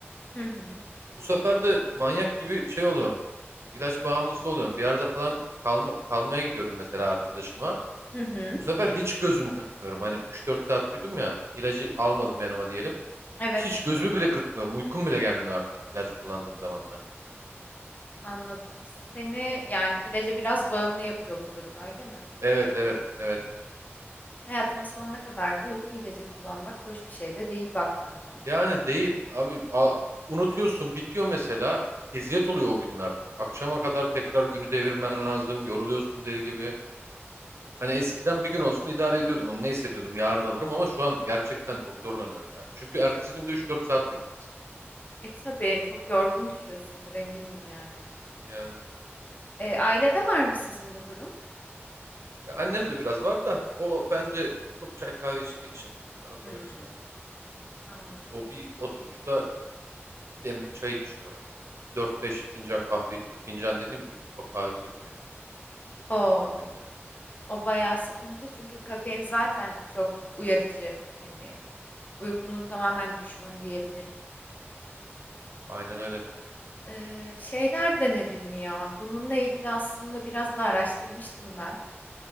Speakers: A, on the left; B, on the right.
A: hı hı,
B: Bu sefer de manyak gibi şey oluyorum. İlaç bağımlısı oluyorum. Bir yerde falan kalma, kalmaya gidiyorum mesela arkadaşıma.
A: hı hı.
B: Bu sefer hiç gözümü kırpmıyorum. Hani üç dört saat uyudum ya. İlacı almadım yanıma diyelim.
A: Evet.
B: Hiç gözümü bile kırpmıyorum. Uykum bile gelmiyor artık ilaç kullandığım zaman da.
A: Anladım. Seni yani ilaca biraz bağımlı yapıyor bu durum, öyle mi?
B: Evet evet evet.
A: Hayatının sonuna kadar da uyku ilacı kullanmak hoş bir şey de değil baktığın zaman.
B: Yani değil abi a- unutuyorsun bitiyor mesela eziyet oluyor o günler. Akşama kadar tekrar günü devirmen lazım yoruluyorsun deli gibi. Hani eskiden bir gün olsun idare ediyordum onu ne hissediyordum yarın alırım ama şu an gerçekten çok zorlanıyorum ya. Çünkü ertesi günde üç dört saat uyuyacağım
A: E tabii çok yorgun düşüyorsundur eminim yani.
B: yani.
A: E, ailede var mı sizin bu durum?
B: Ya annem de biraz var da o bence çok çay kahve içtiği için ben o kadar
A: Hmm,
B: içmiyorum.
A: anladım.
B: O bir oturuşta bir demlik çay içiyor. dört beş fincan kahve içiyor. Fincan dediğim büyük kupa kahve içiyor yani
A: O,
B: günde.
A: o bayağı sıkıntı çünkü kafein zaten çok uyarıcı. Hani uykunun tamamen düşmanı diyebilirim.
B: Aynen öyle.
A: Ee, şeyler denedin mi ya? Bununla ilgili aslında biraz da araştırmıştım ben.